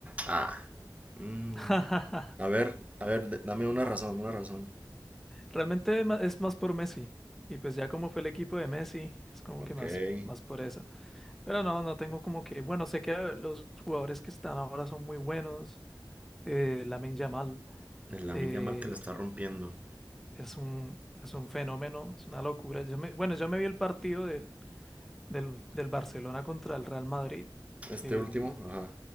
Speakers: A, on the right; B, in the centre.
A: Ah, mm.
B: <laughs>
A: A ver, a ver, d- dame una razón, una razón.
B: Realmente ma- es más por Messi. Y pues ya como fue el equipo de Messi, es como
A: Ok.
B: que más,
A: El
B: más por eso. Pero no, no tengo como que, bueno, sé que los jugadores que están ahora son muy buenos. Eh, Lamine Yamal
A: Lamine
B: eh,
A: Yamal que la está rompiendo.
B: es un, es un fenómeno, es una locura. Yo me- bueno, yo me vi el partido del del, del Barcelona contra el Real Madrid.
A: Este
B: El,
A: último, ajá.